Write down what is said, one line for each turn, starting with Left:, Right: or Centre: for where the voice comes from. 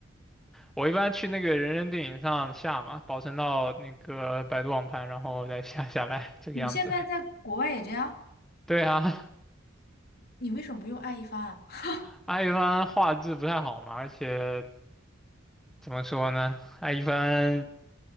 Centre: 我一般去那个人人电影上下嘛，保存到那个百度网盘，然后再下下来，这个样子。
Left: 你现在在国外也这样？
Centre: 对啊，
Left: 你为什么不用爱一帆啊？<laughs>
Centre: 艾一帆画质不太好嘛，而且怎么说呢，艾一帆